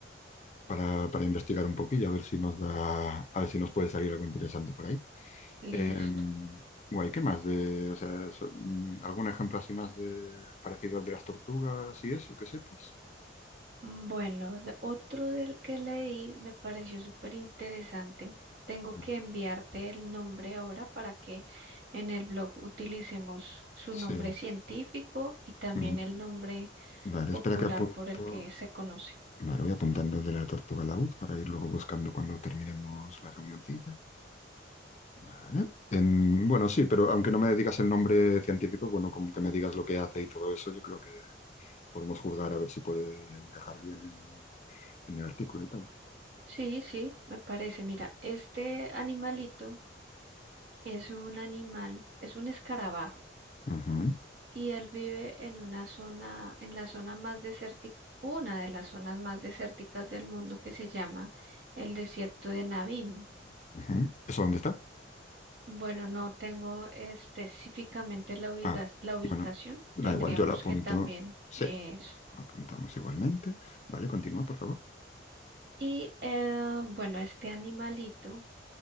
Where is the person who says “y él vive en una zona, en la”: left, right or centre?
Right